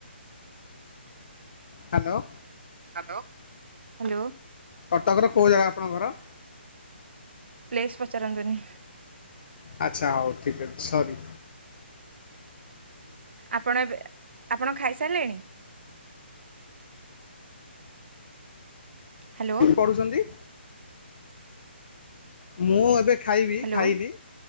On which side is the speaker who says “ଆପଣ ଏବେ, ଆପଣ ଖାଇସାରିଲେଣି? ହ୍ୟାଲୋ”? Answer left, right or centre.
Right